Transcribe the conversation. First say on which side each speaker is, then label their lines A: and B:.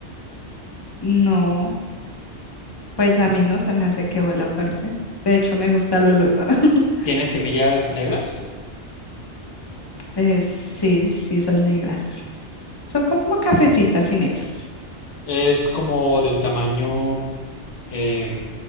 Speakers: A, on the left (about 20°); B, on the left (about 85°).
A: No, pues a mí no se me hace que huela fuerte. De hecho, me gusta el olor. <laughs>
B: Tiene semillas negras.
A: Eh, sí, sí, son negras. Son como cafecitas y negras.
B: Es como del tamaño... eh,